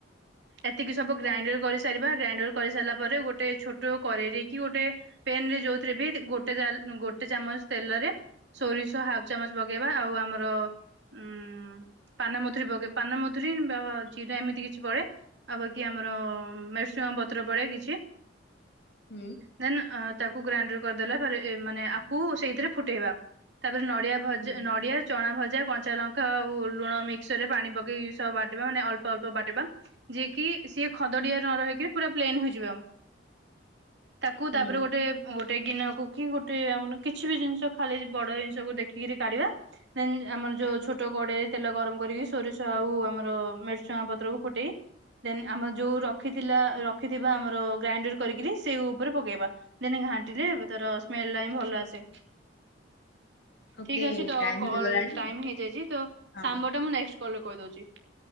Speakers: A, on the right; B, on the left.
A: ଏତିକି ସବୁ ଗ୍ରାଇଣ୍ଡର କରିସାରିବା ଗ୍ରାଇଣ୍ଡର କରିସାରିଲା ପରେ ଗୋଟେ ଛୋଟ କରରେରୀ କି ଗୋଟେ ପେନ ରେ ଯୋଉଥିରେ ବି ଗୋଟେ ଗୋଟେ ଚାମଚ ତେଲରେ ସୋରିଷ ହାଫ ଚାମଚ ପଗେଇବା ଆଉ ଆମର ଉ ପାନ ମଧୁରୀ ପକେଇ ପାନ ମଧୁରୀ ବା ଜିରା ଏମିତି କି କିଛି ପଳେ ଆଉ ବାକି ଆମର ମେରସୁଙ୍ଗ ପତ୍ର ପଡେ କିଛି।
B: ହୁଁ
A: ଦେନ ତାକୁ ଗ୍ରାଇଣ୍ଡର କରିଦେଲା ପରେ ଏ ମାନେ ଆକୁ ସେଇଥିରେ ଫୁଟେଇବା ତାପରେ ନଡିଆ- ଭଜ
B: ହୁଁ।
A: ନଡ଼ିଆ, ଚଣା ଭଜା, କଞ୍ଚା ଲଙ୍କା, ଆଉ ଲୁଣ ମିକ୍ସର ରେ ପାଣି ପକେଇ ସବୁ ବାଟିବା ମାନେ ଅଳ୍ପ ଅଳ୍ପ ବାଟିବା। ଯିଏ କିି ସିଏ ଖଦଡିଆ ନ ରହିକିରି ପୁରା ପ୍ଲେନ ହେଇଯିବ। ତାକୁ
B: ହୁଁ
A: ତାପରେ ଗୋଟେ। ଗୋଟେ ଗିନକୁ କି ଗୋଟେ ଆମ କିଛି ବି ଜିନିଷ ଖାଲି ବଡ ଜିନିଷକୁ ଦେଖିକିରି କାଢିବା। ଦେନ ଆମର ଯୋଉ ଛୋଟ କଡେଇରେ ତେଲ ଗରମ କରିବି ସୋରିଷ ଆଉ ଆମର ମେରସୁଙ୍ଗ ପତ୍ରକୁ ଫୋଟେ <unintelligible> ଦେନ ଆମର ଯୋଉ ରଖିଥିଲା ରଖିଥିବା ଆମର ଗ୍ରାଇଣ୍ଡର କରିକିରି ସେଇ ଉପରେ ପକେଇବା। ଦିନେ ଘାଣ୍ଟିଲେ ତାର ସ୍ମେଲ ଟା ହ ଭଲ ଆସେ।
B: ଓକେ
A: ଠିକ ଅଛି ତ
B: ଟାଇମ
A: କଲ
B: ହେଇଗଲାଣି
A: ଟାଇମ ହେଇଯାଇଛି। ତ
B: ହଁ
A: ସାମ୍ବଟା ମୁଁ ନେଷ୍ଟ କଲରେ କହିଦଉଛି।